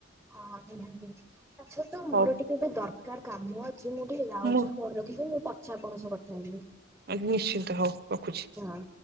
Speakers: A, in the centre; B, on the right.
A: ହଁ ନିହାତି ତାଛଡା ତ ମୋର
B: ହଉ
A: ଟିକେ ଏବେ ଦରକାର କାମ। ମୁଁ ଟିକେ ଯାଉଛି
B: ମୁଁ
A: ଫୋନ ରଖିକି ମୁଁ ପଛେ ଆପଣଙ୍କ ସହ କଥା ହେବି।
B: ଆ ନିଶ୍ଚିନ୍ତ ହଉ ରଖୁଛି।
A: ହଁ।